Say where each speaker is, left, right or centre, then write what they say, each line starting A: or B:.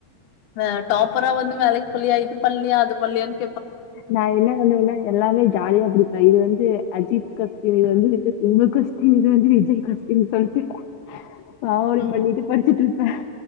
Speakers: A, on the left (about 65°); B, on the left (about 80°).
A: ஆ டாப்பரா வந்து வேலைக்கு போலியா இது பண்லையா அது பண்லையானு
B: நா என்ன பண்ணுவன்னா எல்லாமே ஜாலியா படிப்பே இது வந் து அஜித் க இது வந்து <unintelligible> தினி தா வந்து விஜய் காஸ்டீயூம்னு சொல்ட்டு காமெடி
A: ம்.
B: பண்ணிட்டு படிச்சுட்ருப்பே